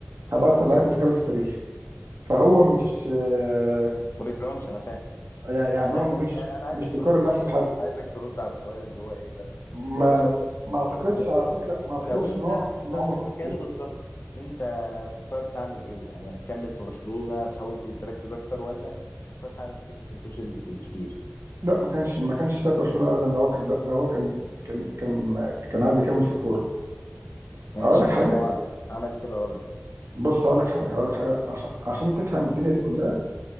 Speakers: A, on the right (about 85°); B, on the left (about 60°).
A: هبقى اكتر لعيب متكامل في التاريخ فهو
B: اه
A: مش آه،
B: ما بيكرهمش انا فاهم
A: يعني يعني
B: لا
A: هو
B: بس
A: مش
B: يعني انا عايزك
A: مش بيقارن
B: ترد برضو
A: نفسه بحد
B: عايزك ترد على السؤال اللي هو ايه اللي انا قلته
A: ما
B: لك هو سؤال نفسي
A: ما اعتقدش
B: لا
A: على فكره ما اعتقدش
B: لو انت
A: ان هو
B: هتحط
A: ان عمره
B: نفسك
A: فكر
B: مكانه
A: كده
B: بالظبط انت تختار تعمل ايه يعني هتكمل في برشلونة تحاول تركز اكتر ولا تختار فعلا فكرة الفلوس ال- الكتير
A: لا ما كانش ما كانش ساب برشلونه ابدا لو هو كان لو هو كان كان كان كان عايز يكمل في الكوره
B: انت
A: اقول
B: شايف
A: لك حاجه
B: ان هو عمل كده غلط يعني
A: بص هقول لك حاجه هقول لك حاجه عشان عشان تفهم الدنيا دي كلها